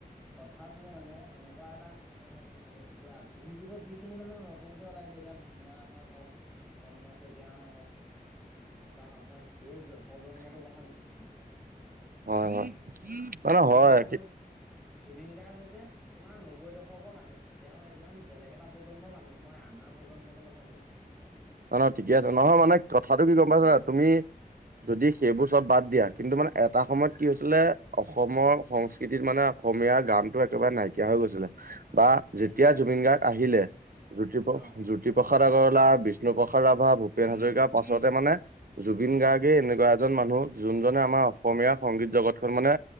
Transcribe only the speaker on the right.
হয়, হয়। মানে
হয়।
অহ' নহয় ঠিকে আছে, নহয় মানে কথাটো কি গম পাইছা নে নাই তুমি
যদি সেইবোৰ চব বাদ দিয়া, কিন্তু মানে এটা সময়ত কি হৈছিলে। অসমৰ সংস্কৃতিত মানে অসমীয়া এয়া গানতটো একেবাৰে নাইকিয়া হৈ গৈছিলে। বা
যেতিয়া
জুবিন
গাৰ্গ আহিলে জ্যোতি
জ্যোতিপ্ৰসাদে আগৰৱালা, বি বিষ্ণুপ্ৰসাদ ৰাভা ভূপেন হাজৰিকাৰ পাছতে মানে জুবিন গাৰ্গে এনেকুৱা এজন মানুহ যোনজনে আমাৰ অসমীয়া সংগীত জগত খন মানে